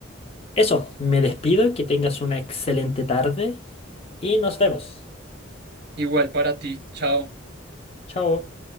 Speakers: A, on the left; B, on the right.
A: eso, me despido. Que tengas una excelente tarde. y nos vemos.
B: Igual para ti, chao.
A: Chao.